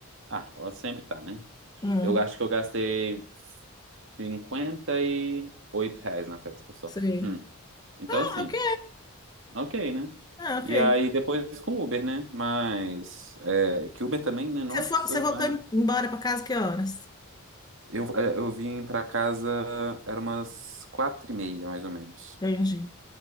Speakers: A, on the right; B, on the left.
A: Ah, ó, sempre tá, né?
B: Hum.
A: Eu acho que eu gastei 58 reais na festa só.
B: Sei.
A: Hum. Então,
B: Ah,
A: assim,
B: ok.
A: ok, né?
B: Ah, ok.
A: E aí, depois com Uber, né? Mas. É... Que Uber também, né? Nossa,
B: Você, foi, você
A: vai.
B: voltou embora pra casa que horas?
A: Eu, é, eu vim pra casa, era umas quatro e meia, mais ou menos.
B: Entendi.